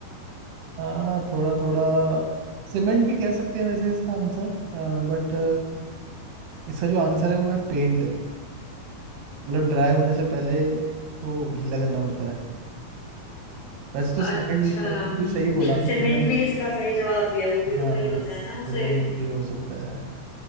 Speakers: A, on the right; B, on the left.
A: आ, थोड़ा थोड़ा सीमेंट भी कह सकते हैं वैसे इसका आंसर बट इसका जो आंसर है वो है पेंट मतलब ड्राई होने से पहले उसको गीला करना पड़ता है वैसे तो सीमेंट
B: अच्छा
A: सीमेंट
B: हम्म
A: भी सही बोला आपने
B: सीमेंट
A: सीमेंट
B: भी इसका सही जवाब दिया वो भी
A: हाँ
B: तो वही होता
A: सीमेंट
B: है ना उसे
A: भी हो सकता है